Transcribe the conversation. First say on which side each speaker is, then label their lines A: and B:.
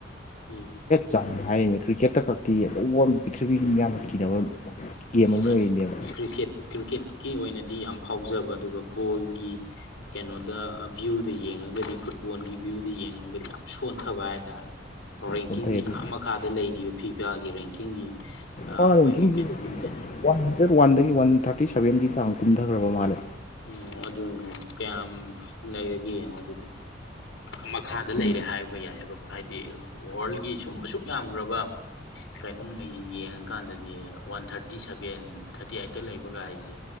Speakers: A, on the left; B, on the left.
A: ꯎꯝ
B: ꯆꯥꯡ ꯍꯥꯏꯔꯤꯅꯦ ꯀ꯭ꯔꯤꯀꯦꯠꯇ ꯈꯛꯇꯤ ꯑꯕ ꯄ꯭ꯔꯤꯊꯤꯕꯤꯒꯤ ꯃꯤ ꯌꯥꯝꯅ ꯀꯤꯅꯕ ꯒꯦꯝ ꯑꯃ
A: ꯃꯥꯅꯤ
B: ꯑꯣꯏꯔꯤꯅꯦꯕ
A: ꯀ꯭ꯔꯤꯛꯀꯦꯠ ꯀ꯭ꯔꯤꯛꯀꯦꯠꯀꯤ ꯑꯣꯏꯅꯗꯤ ꯌꯥꯝ ꯐꯥꯎꯖꯕ ꯑꯗꯨꯒ ꯕꯣꯜꯒꯤ ꯀꯦꯩꯅꯣꯗ ꯚ꯭ꯌꯨꯗ ꯌꯦꯡꯉꯒꯗꯤ ꯐꯨꯠꯕꯣꯜꯒꯤ ꯚ꯭ꯌꯨꯗ ꯌꯦꯡꯉꯒꯗꯤ ꯌꯥꯝ ꯁꯣꯟꯊꯕ ꯍꯥꯏꯇꯥꯔꯦ ꯔꯦꯡꯀꯤꯡꯁꯤ
B: ꯁꯣꯟꯊꯩ ꯑꯗꯨ
A: ꯑꯥ ꯃꯈꯥꯗ ꯂꯩꯔꯤꯕ ꯐꯤ ꯐꯤꯥꯒꯤ ꯔꯦꯡꯀꯤꯡꯒꯤ ꯃꯣꯏꯒꯤ
B: ꯃꯥꯅꯁꯤꯡꯁꯦ
A: ꯀꯩꯅꯣꯒꯤ ꯑꯝꯇ
B: ꯋꯥꯟ ꯍꯟꯗ꯭ꯔꯦꯠ ꯋꯥꯟꯗꯒꯤ ꯋꯥꯟ ꯊꯥꯔꯇꯤ ꯁꯚꯦꯟꯒꯤ ꯆꯥꯡ ꯇꯨꯝꯊꯈ꯭ꯔꯕ ꯃꯥꯜꯅꯦ
A: ꯎꯝ ꯑꯗꯨꯅꯤꯅꯣ ꯀꯌꯥꯝ ꯂꯩꯔꯒꯦ ꯌꯦꯡꯉꯣ ꯑꯗꯨꯗꯤ ꯃꯈꯥꯗ
B: ꯁꯨꯝ
A: ꯂꯩꯔꯦ ꯍꯥꯏꯕ ꯌꯥꯏꯑꯕ ꯍꯥꯏꯗꯤ ꯋꯥꯔꯜꯒꯤ ꯁꯨꯝ ꯑꯁꯨꯛ ꯌꯥꯝꯈ꯭ꯔꯕ ꯀꯩꯅꯣꯝꯉꯩꯁꯤ ꯌꯦꯡꯉꯀꯥꯟꯗꯗꯤ ꯋꯥꯟ ꯊꯥꯔꯇꯤ ꯁꯚꯦꯟ ꯊꯥꯔꯇꯤ ꯑꯥꯏꯠꯇ ꯂꯩꯕꯒ ꯍꯥꯏꯁꯦ